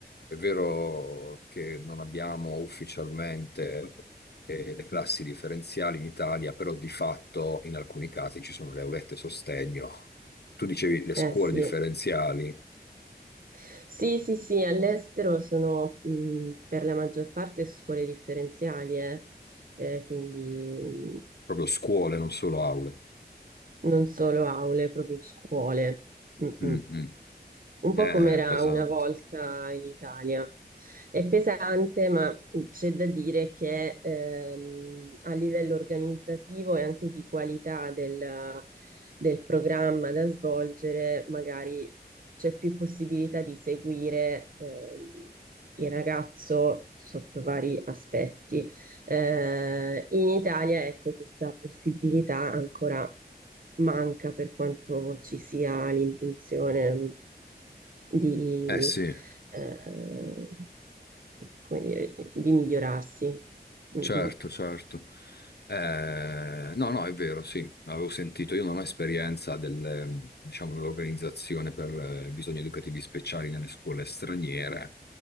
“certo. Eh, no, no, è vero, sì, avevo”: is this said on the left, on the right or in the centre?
Left